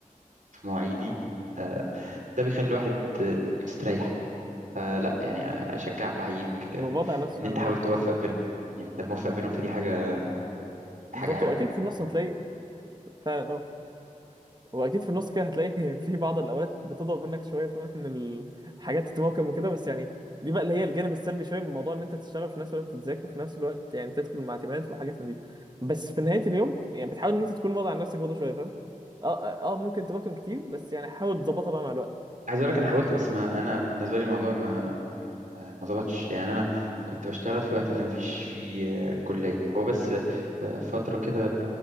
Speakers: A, on the right; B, on the right.
A: في مواعيدي آه، ده بيخلي الواحد آه، مستريح آه، لا يعني أشجعك وأحييك آه،
B: وبضع نفسي
A: إن
B: فعلا
A: أنت حاول
B: اه
A: توفق
B: بالظبط
A: بينهم يعني أنت موفق بينهم فدي حاجة حاجة
B: بالظبط
A: حلوة
B: واكيد في النص هتلاقي فعلا اه واكيد في النص كده هتلاقي <laughs> في بعض الاوقات بتضرب منك شويه فاهم ان الحاجات تتراكم وكده بس يعني دي بقى اللي هي الجانب السلبي شويه من موضوع ان انت تشتغل في نفس الوقت تذاكر في نفس الوقت يعني تدخل مع تيمات وحاجات من دي بس في نهايه اليوم يعني بتحاول ان انت تكون واضع على نفسك برضه شويه فاهم اه اه آه، ممكن تراكم كتير بس يعني حاول تظبطها بقى مع الوقت
A: عايز أقول لك أنا حاولت بس ما أنا بالنسبة لي الموضوع ما ما ظبطش يعني انا كنت بشتغل في الوقت اللي مفيش فيه آه، كلية هو بس آه، فترة كده